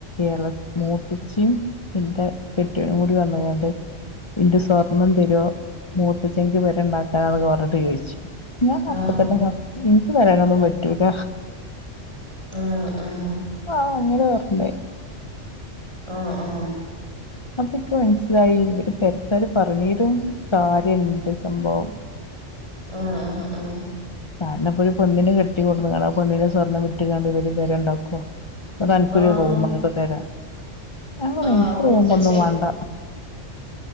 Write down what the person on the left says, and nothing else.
എള മൂത്തച്ചിം ഇന്റെ കെട്ടിയൊനും കൂടി വന്ന്കാണ്ട് ഇന്റെ സ്വർണ്ണം തെരോ മൂത്തച്ഛീന്ക്ക് പെരണ്ടാക്കാനാന്നൊക്കെ പറഞ്ഞിട്ട് ചോയ്ച്ച് ഞാനപ്പത്തന്നെ
പറഞ്ഞ് ഇൻക്ക് തരാനൊന്നും പറ്റൂല
ആഹ് അങ്ങനെ പർഞ്
അപ്പ ഇക്ക് മനസ്സിലായി ഇവര് പെരക്കാര് പറണീലും കാര്യണ്ട് സംഭവം
കാരണം ഇപ്പോരു പെണ്ണിനെ കെട്ടി കൊട്ന്ന്കാണ്ട് ആ പെണ്ണിന്റെ സ്വർണ്ണം വിറ്റ്കാണ്ട് ഇവര് പെരെണ്ടാക്കൊ താ അൻക്കൊരു
റൂമാപ്പ തരാ ഞാൻ പറഞ്ഞ്
ഇൻക്ക്
റൂമൊന്നും വാണ്ട